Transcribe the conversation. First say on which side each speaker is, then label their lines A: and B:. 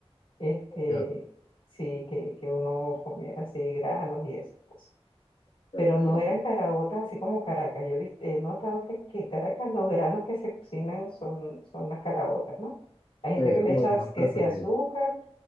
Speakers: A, on the left (about 70°); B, on the left (about 55°).
A: este,
B: ok,
A: sí, que, que uno comiera así granos y esas cosas.
B: Entiendo,
A: Pero no
B: entiendo.
A: eran caraotas así como Caracas. Yo dis- he notado que, que Caracas los granos que se cocinan son, son las caraotas, ¿no? Hay gente
B: Sí, es
A: que le
B: como
A: echa
B: el más preferido.
A: que si azúcar